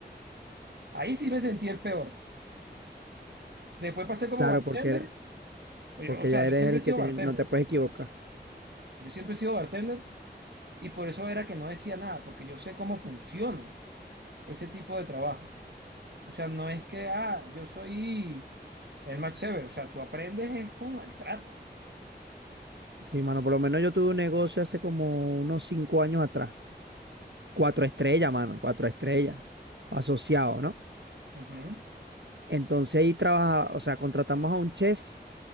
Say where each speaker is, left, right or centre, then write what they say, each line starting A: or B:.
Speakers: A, on the right (about 70°); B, on the right (about 90°).
A: Ahí sí me sentí el peor. Después pasé como
B: Claro,
A: bartender.
B: porque, eres-
A: pues
B: porque
A: yo- o sea,
B: ya
A: yo
B: eres
A: siempre
B: el
A: he sido
B: que tiene,
A: bartender.
B: no te puedes equivocar.
A: Yo siempre he sido bartender y por eso era que no decía nada, porque yo sé cómo funciona ese tipo de trabajo. O sea, no es que, ah, yo soy el más chévere. O sea, tú aprendes es con maltrato.
B: Sí, mano, por lo menos yo tuve un negocio hace como unos cinco años atrás. Cuatro estrellas, mano, cuatro estrellas. Asociado, ¿no?
A: Ujú.
B: Entonces ahí trabajaba, o sea, contratamos a un chef,